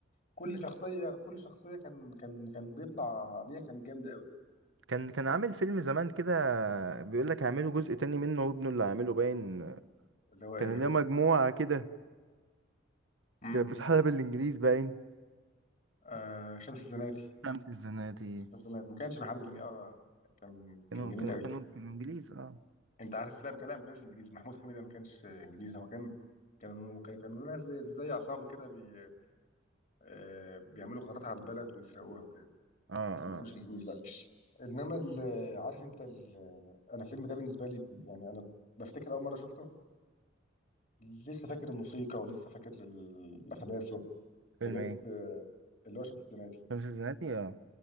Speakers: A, on the left; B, on the right.
A: كل شخصية كل شخصية كان كان كان بيطلع بيها كانت جامدة قوي
B: كان كان عامل فيلم زمان كده بيقول لك هيعملوا جزء تاني منه وابنه اللي عامله باين
A: اللي هو ايه
B: كان ليه مجموعة كده
A: امم
B: كانت بتحارب بالانجليز باين
A: آه شمس الزناتي
B: شمس الزناتي
A: شمس الزناتي ما كانش بيحارب الج- اه كان
B: كانوا
A: كان جميل
B: كانوا
A: قوي
B: كانوا كانوا انجليز اه
A: انت عارف لا ما كان لا ما كانش انجليزي محمود حميده ما كانش انجليزي هو كان كانوا كان- كانوا ناس زي زي عصابه كده بي آه، بيعملوا غارات على البلد ويسرقوها وكده
B: اه
A: بس
B: اه
A: ما كانوش انجليزي لا انما ال- عارف انت ال- انا الفيلم ده بالنسبه لي يعني انا بفتكر اول مره شفته لسه فاكر الموسيقى ولسه فاكر ال- الاحداث
B: فيلم
A: بجد
B: ايه
A: آه، اللي هو شمس الزناتي
B: شمس الزناتي اه